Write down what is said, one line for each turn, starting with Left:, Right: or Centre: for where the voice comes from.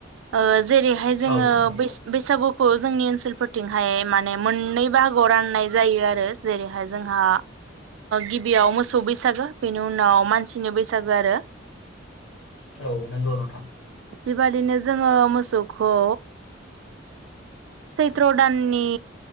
Right: ओ जेरैहाय जोङो
Left: औ नंगौ नोंथां नंगौ औ नंगौ
Right: बैसागु खौ जोंनि ओनसोलफोरथिंहाय माने मोननै बाहागोआव राननाय जायो आरो जेरैहाय जोंहा गिबियाव मोसौ बैसागो बेनि उनाव मानसिनि बैसागो आरो
Left: औ नोंगौ नोंथां।
Right: बे बायदिनो जोङो मोसौखौ सैथ्र' दाननि